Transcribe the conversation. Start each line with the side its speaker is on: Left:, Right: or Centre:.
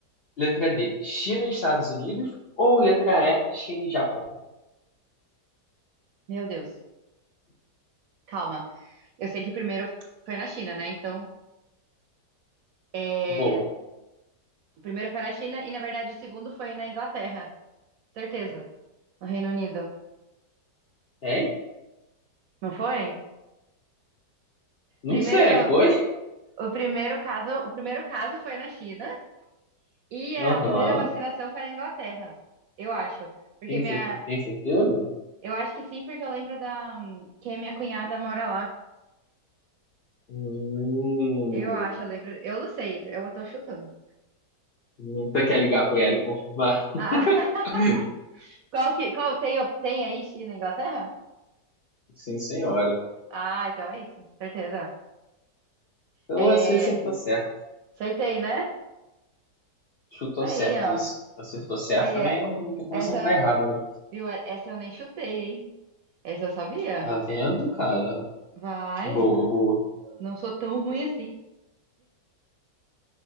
Left: Letra D, China e Estados Unidos. Ou letra E, China e Japão.
Right: Meu Deus. Calma. Eu sei que o primeiro foi na China, né? Então, é,
Left: Boa.
Right: o primeiro foi na China e, na verdade, o segundo foi na Inglaterra. Certeza. No Reino Unido.
Left: Hein?
Right: Não foi?
Left: Não
Right: Primeiro,
Left: sei, foi?
Right: o primeiro caso, o primeiro caso foi na China e a
Left: Aham.
Right: primeira vacinação foi na Inglaterra. Eu acho. Porque
Left: Tem,
Right: minha.
Left: cer- tem certeza?
Right: Eu acho que sim, porque eu lembro da. Que a minha cunhada mora lá.
Left: Hum,
Right: Eu acho, eu lembro. Eu não sei, eu tô chutando.
Left: você quer ligar pra ela e confirmar?
Right: Ah, <laughs>
Left: <laughs>
Right: qual que. Qual, tem, tem aí China e Inglaterra?
Left: Sim, senhora.
Right: Ah, então é isso. Certeza.
Left: Então
Right: É,
Left: você acertou certo.
Right: acertei, né?
Left: Chutou
Right: Aí,
Left: certo
Right: ó.
Left: isso. Acertou certo
Right: Aí
Left: também,
Right: é.
Left: não tem como
Right: Essa,
Left: acertar errado, né?
Right: viu? É- Essa eu nem chutei, hein? Essa eu sabia.
Left: Tá vendo, cara?
Right: Vai.
Left: Boa, boa.
Right: Não sou tão ruim assim.